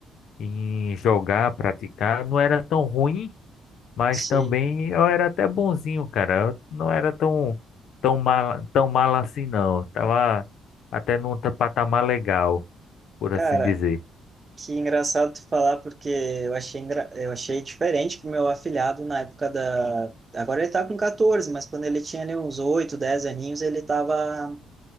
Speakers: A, on the left; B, on the right.
A: em jogar, praticar. Não era tão ruim mas
B: sim.
A: também eu era até bonzinho, cara. Eu não era tão, tão mal, tão mal assim, não. Tava até num ta- patamar legal, por
B: Cara,
A: assim dizer.
B: que engraçado tu falar, porque eu achei, engra- eu achei diferente que o meu afilhado na época da. Agora ele tá com 14, mas quando ele tinha ali uns 8, 10 aninhos, ele tava.